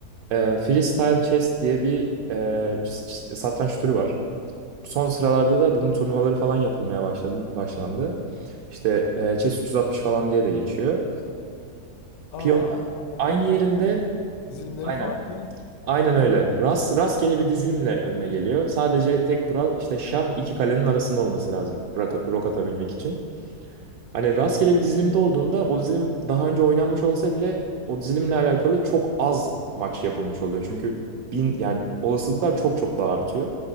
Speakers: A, on the right; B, on the left.
A: E, freestyle chess diye bir e, s- s- satranç türü var son sıralarda da bunun turnuvaları falan yapılmaya başladı, başlandı. İşte e, Chess 360 falan diye de geçiyor.
B: Aa
A: Piyonlar
B: anladım.
A: aynı yerinde
B: Dizi- Dizilimleri
A: aynen
B: farklı.
A: aynen öyle.
B: Değil mi?
A: Rast, rastgele bir dizilimle önüne geliyor. Sadece tek kural işte şah iki kalenin arasında olması lazım rak- rok atabilmek için. Hani rastgele
B: Hı.
A: bir dizilimde olduğunda o dizilim daha önce oynanmış olsa bile o dizilimle alakalı çok az maç yapılmış oluyor. Çünkü bin yani olasılıklar çok çok daha artıyor.